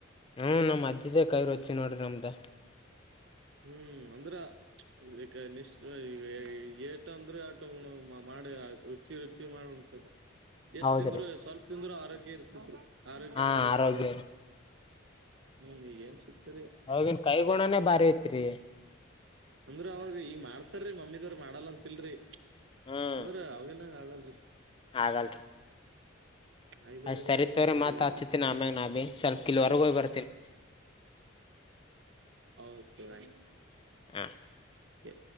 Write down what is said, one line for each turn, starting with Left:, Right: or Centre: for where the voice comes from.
Left: ಹ್ಮ್ ನಮ್ಮ ಅಜ್ಜದೇ ಕೈ ರುಚಿ ನೋಡ್ರರಿ ನಮ್ದ.
Right: ಹ್ಮ್ ಅಂದ್ರ. ಈಗ ನಿಶ್ ಈಗ ಏಟ ಅಂದ್ರೆ ಆಟ ಮಾಡ ರುಚಿ ರುಚಿ ಮಾಡ ಉಣ. ಎಷ್ಟ್
Left: ಹೌದ್ರಿ
Right: ತಿಂದ್ರು ಸ್ವಲ್ಪ ತಿಂದ್ರರು ಆರೋಗ್ಯ ಇರ್ತಿತ್ರು. ಆರೋಗ್ಯವಾಗಿರ್ತರಿ
Left: ಹಾ ಆರೋಗ್ಯ
Right: ಹ್ಮ್ ಏನ್ ಸಿಗ್ತರಿ.
Left: ಹೋಗನ್ ಕೈ ಗುಣನೇ ಬಾರಿ ಇತ್ರಿ.
Right: ಅಂದ್ರ ಅವಾಗ ಈಗ ಮಾಡ್ತಾರೀ ಮಮ್ಮಿದವ್ರ ಮಾಡಲ್ ಅಂತಿಲ್ರಿ
Left: ಹ್ಮ್
Right: ಅಂದ್ರ ಅವಗನಂಗ್ ಆಗಲ್ರಿ.
Left: ಆಗಲ್ ರಿ.
Right: ಆಯ್ದವ್ರೇ
Left: ಅಷ್ಟ್ ಸರಿತವ್ರರಿ
Right: ಬೇರೆ ಮಮ್ಮಿದವ್ರೇ
Left: ಮತ್ ಹಾಚ್ಚತ್ತನಿ
Right: ಬೇರೆ
Left: ಆಮ್ಯಾಗೆ ನಾ ಭೀ ಸ್ವಲ್ಪ್ ಕಲ್ವರೆಗ ಹೋಗ್ ಬರ್ತೀನಿ.
Right: ಹೌದ ತಗೋ ಆಯ್ತು.
Left: ಹಾಂ.
Right: ಏ.